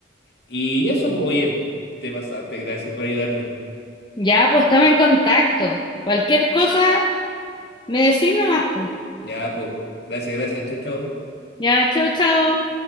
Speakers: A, on the left; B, on the left.
A: Y eso, pues, oye, te pasaste, gracias por ayudarme.
B: Ya, pues estamos en contacto. Cualquier cosa, me decís nomás, po.
A: Ya, pues, gracias, gracias, chao, chao.
B: Ya, chao, chao.